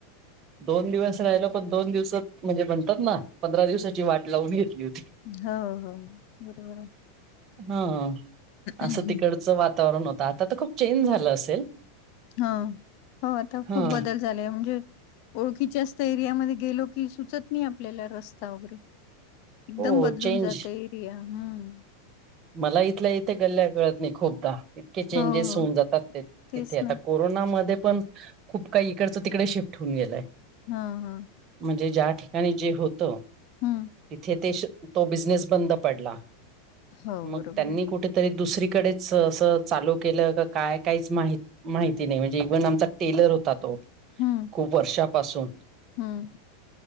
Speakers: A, on the right; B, on the left.
A: दोन दिवस राहिलो पण दोन दिवसात म्हणजे म्हणतात ना, पंधरा दिवसाची वाट लावून घेतली होती.
B: हो हो बरोबर आहे.
A: हा असं
B: आहे
A: तिकडचं वातावरण होत आता त खूप चेंज झालं असेल.
B: हो हो आता
A: हा
B: खूप बदल झालेय म्हणजे ओळखीच्या असता एरियामध्ये गेलो की सुचत नाही आपल्याला रस्ता वगैरे, एकदम
A: हो
B: बदलून
A: चेंज
B: जाते एरिया हम्म.
A: मला इथल्या इथे गल्ल्या कळत नाही खूपदा इतके चेंजेस
B: हो हो
A: होऊन जातात ते तिथे
B: तेच
A: आता
B: ना
A: कोरोनामध्ये पण खूप काही इकडचं तिकडे शिफ्ट होऊन गेलंय.
B: हा हा.
A: म्हणजे ज्या ठिकाणी जे होत तिथे
B: हम्म
A: ते श तो बिझनेस बंद पडला.
B: हो
A: मग
B: बरोबर
A: त्यांनी
B: आहे
A: कुठेतरी दुसरीकडेच असं चालू केलं का काय काहीच माहित माहिती नाही म्हणजे इवन आमचा टेलर होता तो
B: हम्म
A: खूप वर्षापासून.
B: हम्म.